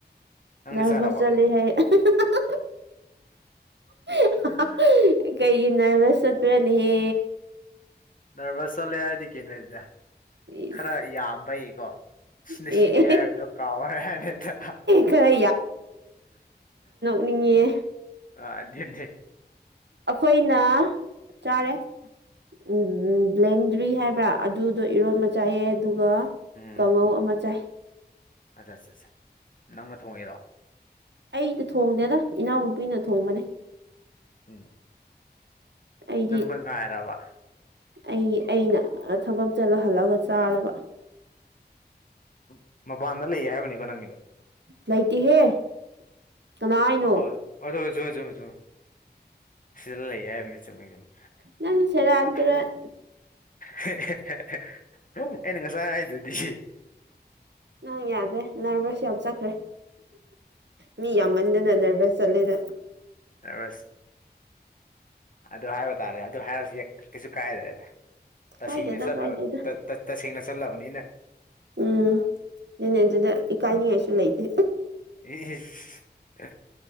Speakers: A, on the left; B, on the right.
A: ꯅꯪꯗꯤ
B: ꯅꯔꯚꯁ
A: ꯆꯥꯔꯕꯣ
B: ꯆꯠꯂꯦ ꯍꯥꯏꯌꯦ ꯍꯥꯍꯥꯍꯥ ꯍꯥꯍꯥꯍꯥ
A: ꯅꯔꯚꯁ
B: ꯀꯩꯒꯤ ꯅꯔꯚꯁ ꯆꯠꯄ꯭ꯔꯥꯅꯦꯍꯦ
A: ꯅꯔꯚꯁ ꯆꯠꯂꯦ ꯍꯥꯏꯗꯤ ꯀꯩꯅꯣꯅꯤꯗ
B: ꯏꯁ
A: ꯈꯥꯔ ꯌꯥꯝꯕꯩꯀꯣ ꯁꯤꯅꯦ
B: ꯑꯦ
A: ꯁꯤꯅꯦ ꯍꯥꯏꯕꯗꯣ ꯀꯥꯎꯕꯒꯤ ꯋꯥꯅꯤꯗ
B: ꯈꯔ ꯃꯤꯡꯉꯦ
A: ꯑꯥ ꯗꯦꯟ ꯗꯦꯟ
B: ꯑꯈꯣꯏꯅ ꯆꯥꯔꯦ ꯎꯝ ꯕ꯭ꯂꯦꯟꯗ꯭ꯔꯤ ꯍꯥꯏꯕ꯭ꯔꯥ ꯑꯗꯨꯗꯣ ꯏꯔꯣꯟꯕ ꯆꯥꯏꯌꯦ ꯑꯗꯨꯒ
A: ꯎꯝ
B: ꯀꯥꯡꯉꯧ ꯑꯃ ꯆꯥꯏ
A: ꯑꯠꯆꯥ ꯑꯠꯆꯥ ꯑꯠꯆꯥ ꯅꯪꯅ ꯊꯣꯡꯉꯤꯔꯣ
B: ꯑꯩꯗꯤ ꯊꯣꯡꯗꯦꯗ ꯏꯅꯥꯎꯅꯨꯄꯤꯅ ꯊꯣꯡꯕꯅꯦ
A: ꯎꯝ
B: ꯑꯩꯗꯤ
A: ꯅꯪꯅ ꯉꯥꯏꯔꯕ
B: ꯑꯩ ꯑꯩꯅ ꯑ ꯊꯕꯛ ꯆꯠꯂ ꯍꯜꯂꯑꯒ ꯆꯥꯔꯕ
A: ꯑꯝ ꯃꯄꯥꯟꯗ ꯂꯩꯌꯦ ꯍꯥꯏꯕꯅꯤꯀꯣ ꯅꯪꯒꯤꯗꯣ
B: ꯂꯩꯇꯦꯍꯦ ꯀꯅꯥ ꯍꯥꯏꯅꯣ
A: ꯑꯥ ꯑꯗꯨ ꯖꯨ ꯆꯨꯝꯃꯤ ꯆꯨꯝꯃꯤ ꯍ ꯁꯤꯗ ꯂꯩ ꯌꯥꯏꯝꯃꯅ ꯆꯨꯝꯃꯤ ꯆꯨꯝꯃꯤ
B: ꯅꯪꯁꯨ ꯁꯦꯔꯥꯟ
A: ꯍ
B: ꯇꯨꯔꯥꯟ
A: ꯍꯦꯍꯦꯍꯦꯍꯦ ꯑꯩꯅ ꯉꯁꯥꯏ ꯍꯥꯏꯗꯨꯗꯤ
B: ꯅꯪ ꯌꯥꯗꯦ ꯅꯔꯚꯁ ꯌꯥꯝ ꯆꯠꯈ꯭ꯔꯦ ꯃꯤ ꯌꯥꯝꯃꯟꯗꯅ ꯅꯔꯚꯁ ꯆꯠꯂꯦꯗ
A: ꯅꯔꯚꯁ ꯑꯗꯨ ꯍꯥꯏꯕ ꯇꯥꯔꯦ ꯑꯗꯨ ꯍꯥꯏꯔꯁꯨ ꯌꯛ ꯀꯩꯁꯨ ꯀꯥꯏꯗ꯭ꯔꯦꯗ ꯇꯁꯦꯡꯅ
B: ꯀꯥꯏꯗꯦꯗ
A: ꯆꯠꯂꯕ
B: ꯀꯥꯏꯗꯦꯗ
A: ꯇ ꯇ ꯇꯁꯦꯡꯅ ꯆꯠꯂꯕꯅꯤꯅ
B: ꯎꯝ ꯅꯤꯅꯦ ꯑꯗꯨꯗ ꯏꯀꯥꯏꯅꯤꯡꯉꯥꯏꯁꯨ ꯂꯩꯇꯦ
A: ꯏ ꯢꯁ